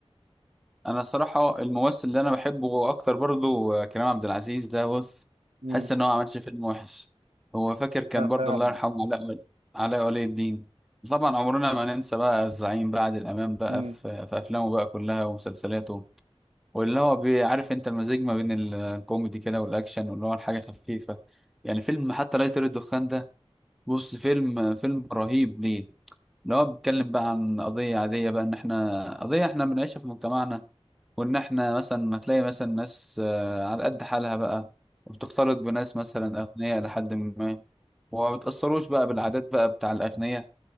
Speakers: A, in the centre; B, on the right.
A: انا صراحة الممثل اللي انا بحبه اكتر برضو آه، كريم عبد العزيز ده بص
B: امم
A: حاسس ان هو ما عملش فيلم وحش هو فاكر كان برضو
B: فعلا
A: الله يرحمه علاء ولي علاء ولي الدين طبعا عمرنا ما ننسى بقى الزعيم بقى عادل امام بقى
B: امم
A: في, في افلامه بقى كلها ومسلسلاته واللي هو بيعرف انت المزيج ما بين ال- الكوميدي كده والاكشن واللي هو الحاجة خفيفة يعني فيلم حتى لا يطير الدخان ده بص فيلم فيلم رهيب ليه ان هو بيتكلم بقى عن قضية عادية بقى ان احنا قضية احنا بنعيشها في مجتمعنا وان احنا مثلا هتلاقي مثلا ناس آه، على قد حالها بقى وبتختلط بناس مثلا اغنياء لحد ما وما بتأثروش بقى بالعادات بقى بتاع الاغنياء